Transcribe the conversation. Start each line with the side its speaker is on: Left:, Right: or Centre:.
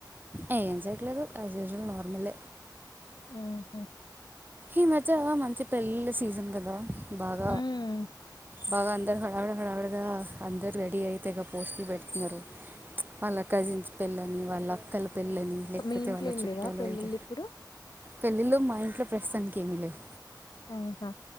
Right: ఏ ఏం చయట్లేదు అజ్జవల్ నోర్మల్
Left: ఆహా
Right: ఈ మధ్య మంచి పెళ్ళళ సీజన్ కదా భాగ
Left: ఉమ్
Right: బాగా అందరు హడావడ హడావడగా అందరు రెడీ అయితే ఇక పోస్టులు పెడుతున్నారు వాళ్ళ కజిన్స్ పిల్లని వాళ్ళ అక్కలు పెళ్ళని లేకపోతే
Left: మీ ఇంట్లో
Right: వాళ్ళ
Left: ఏం
Right: చుట్టాలు
Left: లేవా పెళ్ళిళ్ళు
Right: వెళ్తే
Left: ఇప్పుడు
Right: పెళ్ళిళ్ళ మా ఇంట్లో ప్రస్తుతానికి ఏమిీ లేవు
Left: ఆహా